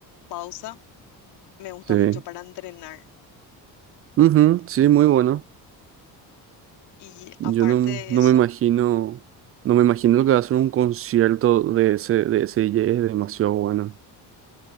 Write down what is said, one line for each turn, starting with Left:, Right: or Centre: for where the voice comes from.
Left: Pausa, me gusta
Right: sí,
Left: mucho para entrenar.
Right: Ujú, sí, muy bueno.
Left: Y
Right: Yo
Left: aparte
Right: no,
Left: de
Right: no
Left: eso,
Right: me imagino, no me imagino lo que va a ser un concierto de ese, de ese DJ, es demasiado bueno.